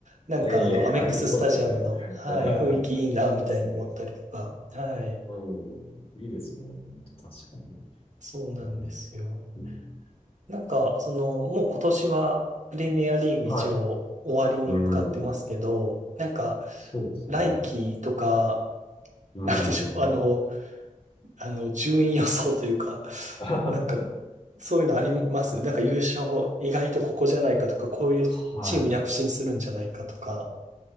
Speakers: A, on the right; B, on the left.
A: なんかあの、
B: ええあ、
A: アメックススタジアムの、
B: いい、そうですよね。
A: はい、
B: <laughs>
A: 雰囲気いいな、みたいに思ったりとか、
B: ですね。
A: はい、
B: うん、いいですよね。本当確かに。
A: そうなんですよ。
B: うーん。
A: なんか、その、もう今年はプレミアリーグ一応終わりに向かってますけど、
B: はい。うーん。
A: なんか、
B: そうですね。
A: 来季とか、<laughs>
B: うーん。
A: なんでしょう、あの、あの、順位予想というか、
B: <laughs>
A: なんか、そういうのありますなんか優勝、意外とここじゃないかとか、こういうチーム躍進するんじゃないかとか。
B: はい。